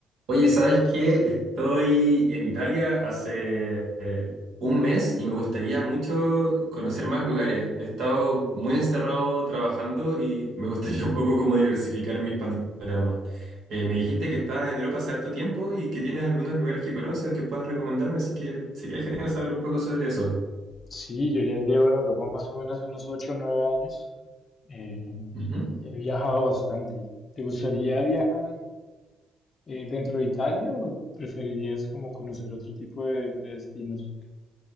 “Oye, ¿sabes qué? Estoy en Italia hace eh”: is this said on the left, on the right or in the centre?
Right